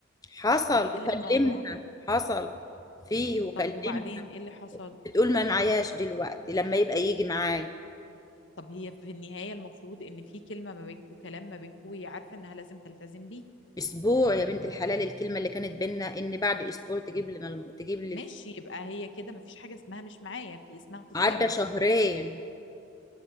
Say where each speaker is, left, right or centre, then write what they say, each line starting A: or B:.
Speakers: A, on the left; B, on the left.
A: حصل
B: يحل
A: وكلمها
B: الموضوع
A: حصل فيه وكلمها
B: طب وبعدين ايه اللي حصل
A: بتقول ما معياش دلوقتي لما يبقى يجي معاي
B: طب هي في النهاية المفروض ان في كلمة ما بينكم كلام ما بينكم وهي عارفة انها لازم تلتزم بيه
A: اسبوع يا بنت الحلال الكلمه اللي كانت بينا ان بعد اسبوع تجيب لنا الم- تجيب لي
B: ماشي
A: الف-
B: يبقى هي كده مفيش حاجة اسمها مش معايا في اسمها تتصرف
A: عدى شهرين